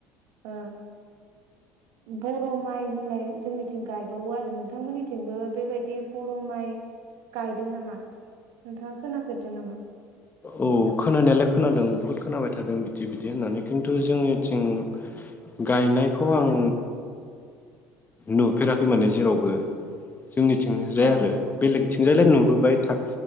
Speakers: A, on the right; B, on the left.
A: ओ बर' माइ होननाय जोंनिथिं गायबावो आ रो नोंथांमोननिथिंबो बेबायदि बर' माइ गायदों नामा नोंथाङा खोनाफेरदों नामा?
B: औ खोनानायालाय खोनादों बुहुत खोनाबाय थादों बिदि बिदि होननानै खिन्थु जोंनिथिं गायनायखौ आं नुफेराखै माने जेरावबो जोंनिथिंजाय
A: अ
B: आरो बेलेगथिंजायलाय नुबोबाय था